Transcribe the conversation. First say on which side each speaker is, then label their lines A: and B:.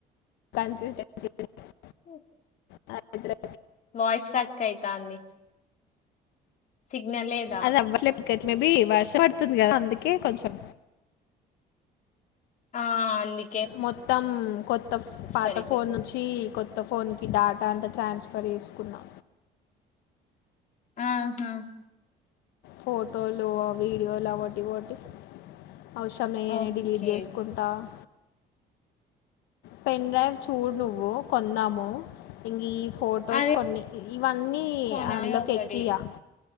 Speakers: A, on the left; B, on the left.
A: కన్సిస్టెన్సీ <unintelligible>
B: ఓ
A: అ <unintelligible>
B: వాయిస్ స్ట్రక్ అయితాంది సిగ్నల్ లేద్
A: అదవ్వట్లే మే బీ వర్ష పడుతుంది గదా అందుకే కొంచెం
B: ఆ అంది
A: మొత్తం కొత్త ఫ్ పాత
B: సరిగ్గా
A: ఫోన్ చ్చి కొత్త ఫోన్కి డాటా అంతా ట్రాన్స్ఫర్ చేసుకున్నా
B: ఆహా
A: ఫోటోలు ఆ వీడియోలు అవ్వోటి ఇవ్వోటి అవసరం లేనియన్ని
B: ఓకే
A: డిలీట్ చేసుకుంటా టా పెన్డ్రైవ్ చూడు నువ్వు కొందాము ఇంగియ్యి ఫొటోస్
B: అదే
A: కొన్ని ఇ ఇవన్నీ
B: కొనాలి
A: అందులోకి
B: ఒకటి
A: ఎక్కియా